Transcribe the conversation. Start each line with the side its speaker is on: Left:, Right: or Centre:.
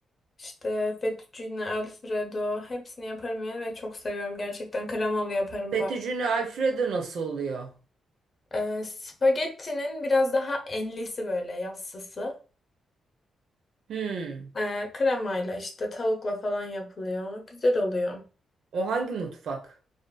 Left: İşte fettuccine alfredo hepsini yaparım yani ve çok seviyorum gerçekten kremalı yaparım
Right: Fettuccine
Left: bak.
Right: Alfredo nasıl oluyor?
Left: Ee, spagettinin biraz daha enlisi böyle yassısı.
Right: Hmm.
Left: Ee, kremayla işte tavukla falan yapılıyor. Güzel oluyor.
Right: O hangi mutfak?